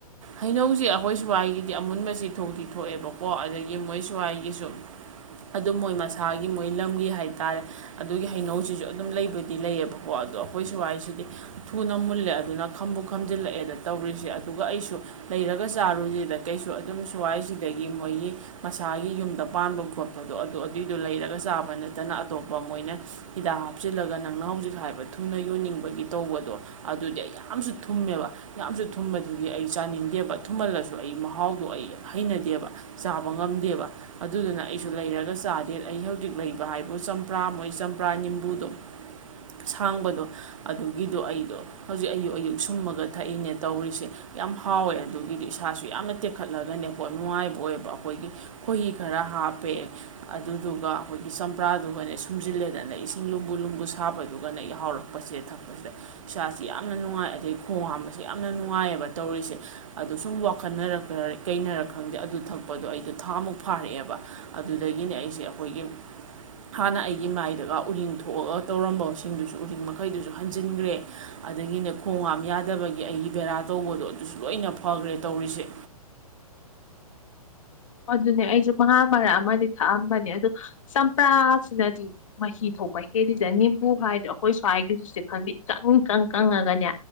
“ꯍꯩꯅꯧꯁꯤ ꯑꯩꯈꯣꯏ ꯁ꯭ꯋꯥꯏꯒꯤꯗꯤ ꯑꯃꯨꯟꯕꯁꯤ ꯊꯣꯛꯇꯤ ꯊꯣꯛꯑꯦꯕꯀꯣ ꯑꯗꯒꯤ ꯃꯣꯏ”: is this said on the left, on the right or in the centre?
Right